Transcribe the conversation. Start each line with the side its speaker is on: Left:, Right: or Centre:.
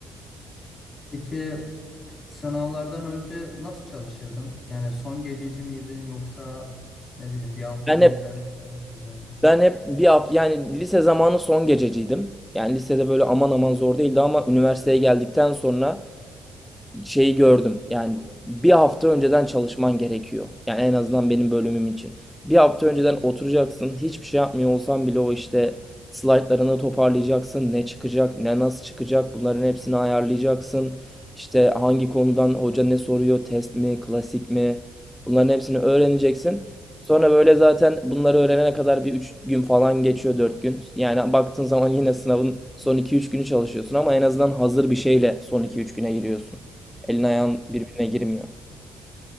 Left: Peki sınavlardan önce nasıl çalışırdın? Yani son gececi miydin yoksa ne bileyim bir hafta
Centre: Ben
Left: önceden
Centre: hep
Left: çalışırdın?
Centre: ben hep bir hafta yani lise zamanı son gececiydim. Yani lisede böyle aman aman zor değildi ama üniversiteye geldikten sonra şeyi gördüm. Yani bir hafta önceden çalışman gerekiyor. Yani en azından benim bölümüm için. Bir hafta önceden oturacaksın. Hiçbir şey yapmıyor olsan bile o işte slaytlarını toparlayacaksın. Ne çıkacak, ne nasıl çıkacak bunların hepsini ayarlayacaksın. İşte hangi konudan hoca ne soruyor, test mi, klasik mi? Bunların hepsini öğreneceksin. Sonra böyle zaten bunları öğrenene kadar bir 3 gün falan geçiyor 4 gün. Yani baktığın zaman yine sınavın son iki üç günü çalışıyorsun ama en azından hazır bir şeyle son iki üç güne giriyorsun. Elin ayağın birbirine girmiyor.